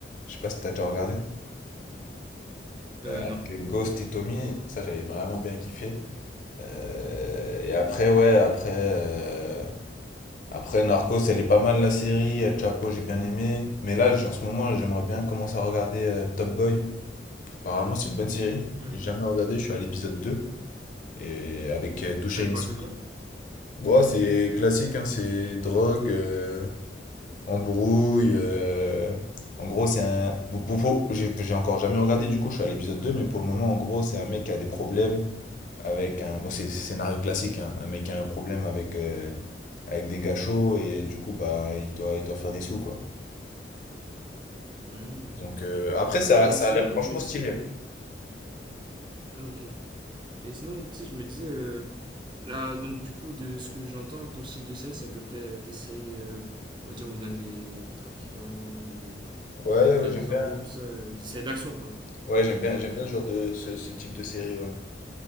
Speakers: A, on the left (about 45°); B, on the right (about 25°).
A: Je sais pas si t'as déjà regardé.
B: Euh, non.
A: Avec Ghost et Tommy, ça j'avais vraiment bien kiffé. Euh, et après, ouais, après, euh, après Narcos, elle est pas mal la série. El Chapo, j'ai bien aimé. Mais là, j- en ce moment, j'aimerais bien commencer à regarder euh, Top Boy. Apparemment, c'est une bonne série.
B: Mhm.
A: J'ai jamais regardé, je suis à l'épisode deux Et avec euh, Dushane
B: Elle parle
A: Issoudi.
B: de quoi
A: Bon, c'est classique, hein, c'est drogue, euh, embrouille. euh, En gros, c'est un. bon, pour- pour- J'ai j'ai encore jamais regardé du coup, je suis à l'épisode 2 mais pour le moment, en gros, c'est un mec qui a des problèmes avec un. Bon, c'est c'est scénario classique, hein, un mec qui a un problème avec, euh, avec des gars chauds et du coup, bah, il doit, il doit faire des sous, quoi.
B: Mhm.
A: Donc euh, après, ça,
B: Et
A: ça
B: sinon,
A: a l'air franchement
B: je me disais.
A: stylé.
B: Ok. Et sinon, tu sais, je me disais. euh, Là, donc, du coup, de ce que j'entends, ton style de série, c'est à peu près euh, des séries, euh, on va dire, où il y a des trafiquants, des...
A: Ouais, ouais, ouais,
B: où il y a
A: j'aime
B: des
A: bien.
B: embrouilles, tout ça, euh, des séries d'action, quoi.
A: Ouais, j'aime bien, j'aime bien ce genre de ce, ce type de série, ouais.